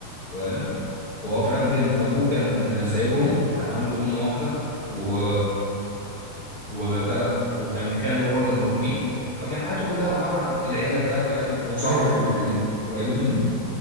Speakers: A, on the left; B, on the right.
A: فاهم وهو فرانكلين
B: امم
A: ابوه كان سايبهم وكان عنده ام واحده و وبتاع ده وكان خاله هو اللي مربيه فكان حياته كلها عباره عن العيله بتاعته يعني وصاحبه
B: أيوه أيوه أيوه
A: اللي قريبين منه